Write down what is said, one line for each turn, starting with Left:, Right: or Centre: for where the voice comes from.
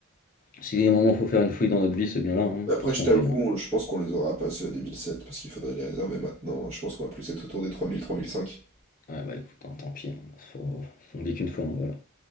Left: Si à un moment faut faire une fouille dans notre vie, c'est bien là. hein. De
Right: Après,
Left: toute façon,
Right: je t'avoue,
Left: on est.
Right: on- je pense qu'on les aura pas ceux à 2007, parce qu'il faudrait les réserver maintenant. Je pense qu'on va plus être autour des 3000, 3005.
Left: Ouais, bah écoute, hein, tant pis, hein, faut- on vit qu'une fois, hein, voilà.